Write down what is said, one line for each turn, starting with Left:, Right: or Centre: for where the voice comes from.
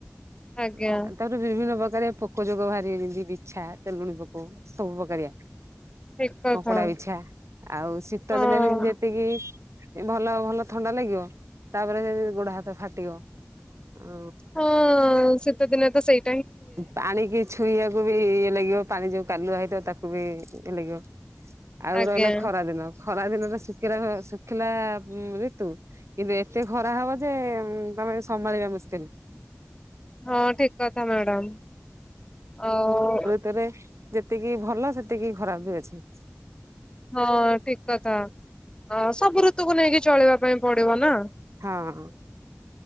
Left: ଆଜ୍ଞା
Right: ହଁ ତା ପରେ ବିଭିନ୍ନ ପ୍ରକାର ପୋକ ଯୋଗ ବାହାରିବେ ଯେମିତି ବିଛା ତେଲୁଣି ପୋକ ସବୁ ପକାରିଆ।
Left: ଠିକ କଥା।
Right: କଙ୍କଡା ବିଛା ଆଉ ଶୀତ
Left: ହଁ
Right: ଦିନେ ବି ଏତିକି ଏ ଭଲ ଭଲ ଥଣ୍ଡା ଲାଗିବ ତାପରେ ଏ ଗୋଡ ହାତ ଫାଟିବ। ଉ
Left: ହଁ ଶୀତ ଦିନେ ତ ସେଇ
Right: ପାଣିିକି ଛୁଇଁବାକୁ କୁ ବି ଇଏ ଲାଗିବ ପାଣି ଯୋଉ କାଲୁଆ ହେଇଥିବ ତାକୁ ବି ଇଏ ଲାଗିବ। ଆଉ
Left: ଆଜ୍ଞା
Right: ରହିଲା ଖରା ଦିନ ଖରା ଦିନ ରେ ଶୁଖିଲା ଶୁଖିଲା ଋତୁ କିନ୍ତୁ ଏତେ ଖରା ହବ ଯେ ତମେ ସମ୍ଭାଳିବା ମୁସ୍କିଲ।
Left: ହଁ ଠିକ କଥା ମ୍ୟାଡାାମ ଆଉ
Right: ତେରେ ଯେତିକି ଭଲ ସେତିକି ଖରାପ ବି ଅଛି।
Left: ହଁ ଠିକ କଥା ଅ ସବୁ ଋତୁକୁ ନେଇକି ଚଳିବା ପାଇଁ ପଡିବ ନା।
Right: ହଁ।